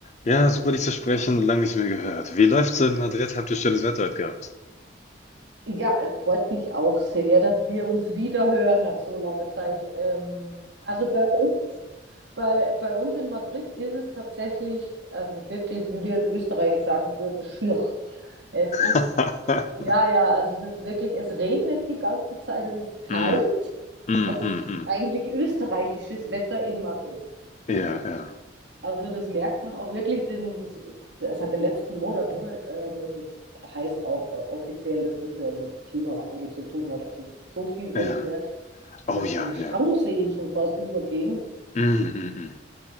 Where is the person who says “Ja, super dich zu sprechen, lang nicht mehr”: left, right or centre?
Left